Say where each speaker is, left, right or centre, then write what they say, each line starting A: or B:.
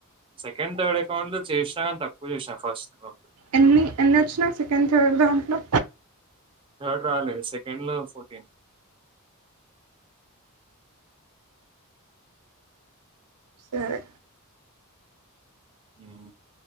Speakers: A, on the right; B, on the right.
A: సెకండ్ థర్డ్ అకౌంట్ లో చేష్నా కాని తక్కువ చేసిన ఫస్ట్ అ
B: ఎన్ని ఎన్ని అచ్చినాయి సెకండ్ థర్డ్ దాంట్లో
A: థర్డ్ రాలె సెకండ్ లో ఫోర్టీన్
B: సరె
A: ఉమ్